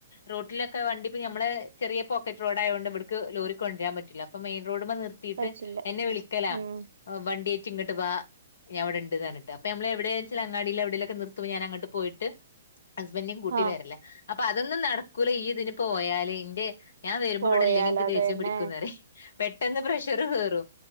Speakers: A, on the left; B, on the right.
A: റോട്ടിലൊക്ക വണ്ടിപ്പ നമ്മള് ചെറിയ പോക്കറ്റ് റോഡ ആയുകൊണ്ട് ഇവട്ക്ക് ലോറി കൊണ്ടുരാൻ പറ്റില്ല അപ്പം മെയിൻ റോഡ്മ്മ നിർത്തി
B: പറ്റില്ല
A: ട്ട് എന്നെ വിളിക്കലാ
B: ഉം
A: വണ്ടി ആയിട്ട് ഇങ്ങോട്ട് വാ ഞൻ ഇവിടെണ്ട്ന്ന് പറന്നിട്ട് അപ്പം നമ്മൾ എവിടെ വെച്ചാൽ അങ്ങാടിൽ എവിടെലൊക്കെ നിർത്തു ഞാൻ അങ്ങട്ട് പോയിട്ട് ഹസ്ബൻറിയും കൂട്ടി
B: ആഹ്
A: വരല്ല അപ്പൊ അതൊന്നും നടക്കൂല ഈ ഇതിന് പോയാല് ഇന്റെ ഞാൻ വരുമ്പോ
B: പോയാലതന്നെ
A: ഇവിടെ ഇല്ലെങ്കിൽ എനിക്ക് ദേഷ്യം പിടിക്കുന്ന് പറയും പെട്ടെന്ന് പ്രഷർ കേറും